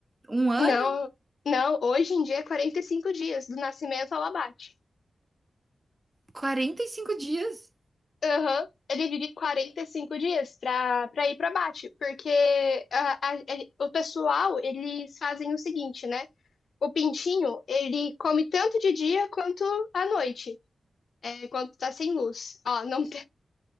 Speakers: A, on the right (about 20°); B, on the left (about 75°).
A: um ano,
B: Não, não, hoje em dia é 45 dias, do nascimento ao abate.
A: 45 dias.
B: Aham, ele divide 45 dias pra, pra ir pro abate, porque a- a- a- o pessoal, eles fazem o seguinte, né? O pintinho, ele come tanto de dia quanto à noite, é, quando tá sem luz. Ó, não